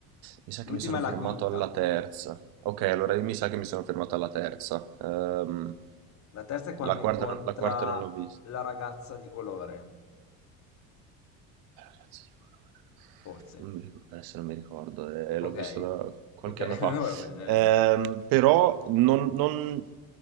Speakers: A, on the right; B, on the left.
A: Mi sa
B: L'ultima
A: che mi sono
B: è la
A: fermato
B: quinta,
A: alla terza. Ok, allora mi sa che mi sono fermato alla terza. Ehm,
B: la terza è quando
A: la
B: incontra
A: quarta, non- la quarta non l'ho vista.
B: la ragazza di colore,
A: cazzo di colore?
B: forse.
A: Non mi ricordo, adesso non mi ricordo, eh, eh,
B: Ok?
A: l'ho visto da qualche
B: Ok, <laughs>
A: anno fa.
B: va bene,
A: Ehm,
B: eh.
A: però non, non-